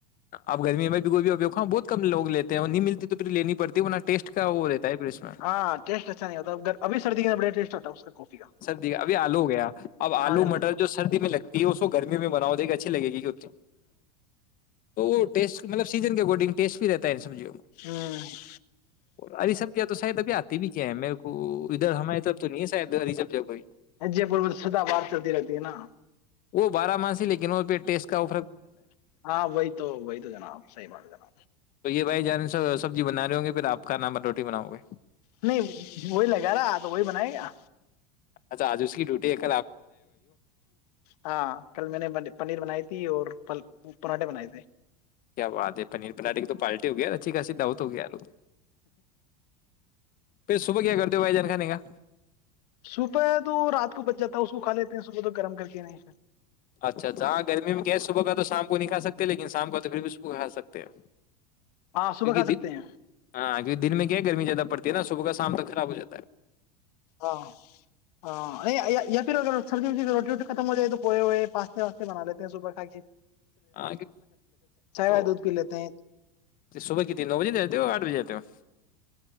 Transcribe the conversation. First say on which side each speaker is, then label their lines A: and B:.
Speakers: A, on the left; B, on the left.
A: اب گرمی میں بچ بھیباں بہت ک لوگ لیتے ہیں نہیں ملتی تو پھر لیینی بھی ٹیٹ کا وہ رہتا ہے پھر میں
B: ہاں ٹیسٹ اچھا نہیں ہوتا ابھی سردی کے بڑا ٹیسٹ ہوتا ہے اس کا کافی کا
A: سردی کا ابھی آلو ہو گیا اب آلو
B: ہاں جناب
A: مٹر جو سردی میں لگتی ہے اس کو گرمی میں بنا دے گی اچھی لگے گیتی تو وہ ٹیسٹ مطل سیز کے اارڈنگ ٹیٹ بھی رہتا سبی
B: ہ
A: ہری سب ش ابھی آتی بھی کیا ہے میرے کو ادھر ہماری طرف تو نہیں ہے ہ سب کو
B: جے پور میں تو سدا بات چلتی رہتی ہے نا
A: وہ بارہ مانسی لیکن پہ ٹیسٹ کار
B: ہاں وہئی تو ہو وہئیت نام سیمٹ کر نا
A: بائی جان سبزی بنا رہے ہ گے پھر آپ کا نام روٹی بناؤ گے
B: نہیں وہی لگا رہا تو وہی بنیا گیا
A: اچ آج اس کی ڈیٹی ایک
B: ہاں کل میں نے پنیر بنائی تھی اور پراٹھے بنائے تھے
A: کیا بات ہے پنیر پٹے کی تو پالٹی ہو گیا اچھی خا سید دات تو گیار پھر صبح کیا کرتے ہو بھائی جان کھانے کا
B: صبح تو رات کو بچ جاتا ہے اس کو کھا لیتے ہیں صبح تو گرم کر کے نہیں
A: اچھا اچھا ہاں گرمی میں کیا ہے صبح کا تو شام کو نہیں کا سکتے لیکن شام کا تو پھر بھی صبح کھا سکتے ہیں
B: ہاں صبح
A: کیونکہ
B: کھا سکتے
A: د
B: ہیں
A: ہاںہ دن میں کیا گرمی زیادہ پڑتی ہے نا صبح کا شام تک خراب ہو جاتا ہے
B: ہاں ہاں نہیںیا پ سبزیبی ر ختم ہو جائے تو پو ہوئے پاتے واستے بنا لیتے ہیں سوبر کائی
A: آ تو
B: وائے دودھ پی لیتے ہیں
A: صبح ک تین نو بجے جاتتے ہو آٹھ بجے جاتتے ہو